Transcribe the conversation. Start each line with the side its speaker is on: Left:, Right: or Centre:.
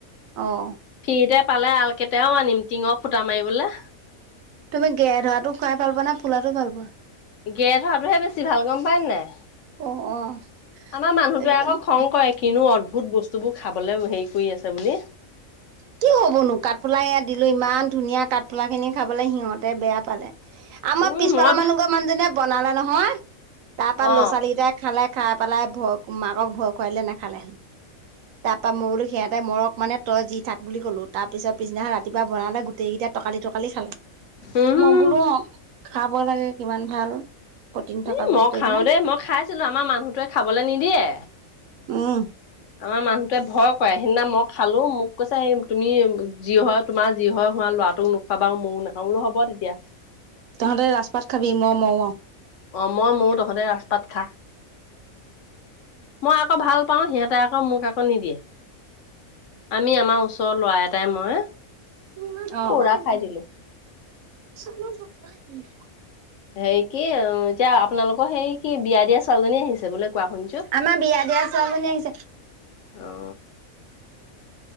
Right: অ'।
Left: ফিতে পালে আল কেটাৰাও আনিম টিঙৰ ফুটা মাৰিিবলৈ
Right: তুমি গে ধৰা খুৱাই ভাল পোৱা না ফোলাটো ভাল পোৱা
Left: গেট হোৱাটোহে বেছি ভাল গম পায় নাই
Right: অ', অ',
Left: আমাৰ মানুহটোৱে
Right: সেইটো কাৰণে
Left: আকৌ খং কৰে কিনো অদ্ভুত বস্তুবোৰ খাবলে হেৰি কৰি আছে বুলি
Right: কি হ'বনো কাঠফুলা ইয়াত দিলো ইমান ধুনীয়া কাঠফুলা খিনি খাবলৈ সিহঁতে বেয়া পালে আমাৰ
Left: উম
Right: পিছ
Left: মই
Right: পালৰ
Left: ভা
Right: মানুহ ঘৰ মানুহজনীয়ে বনালে নহয় তাৰ পৰাৰা
Left: অ
Right: ল'ৰা ছোৱালী কেইটাই খালে খাই পেলাই ভয় মাকক ভয় খুৱাইলেে নাখালেহেন তাৰ পৰাা মই বোলো সিহঁতে মৰক মানে তই যি থাকে। বুলি কলো তাৰ পিছ পিছ দিনা ৰাতিপুৱা বনালে গোটেই কেইটাই টকালি টকালি খালে
Left: উম
Right: মই বোলো অ' খাব লাগে কিমান ভাল। প্ৰটিন থকা
Left: এ
Right: বস্তু
Left: মই খাও
Right: এইবিলাক
Left: দেই মই খাইছিলো আমাৰ মানুহটোৱে খাবলৈ নিদিয়ে।
Right: অ'
Left: আমাৰ মানুহটোৱে ভয় কৰে সেইদিনা মই খালো মোক কৈছো স তুমি যি হয় তোমাৰ যি হয় হোৱাল ল'ৰাটোক নোখোৱাবা ময় নাখাওঁ বোলো হ'ব তেতিয়া
Right: তহঁতে ৰাজস পাত খাবি মই ম
Left: অ মই ম ও তহঁতে ৰাস পাত খা মই আকৌ ভাল পাওঁ সিহঁতে আকৌ মোক আকৌ নিদিয়ে আমি আমাৰ ওচৰৰ ল'ৰা এটাই মই
Right: অ
Left: পৌৰা খাই দিলো হেৰি কি এতিয়া আপোনালোকৰ হেৰি কি বিয়া দিয় আ ছোৱালীজনী আহিছে বোলে কোৱা শুনিছো
Right: আমাৰ বিয়া দিয়া ছোৱালীজনী আহিছে
Left: অ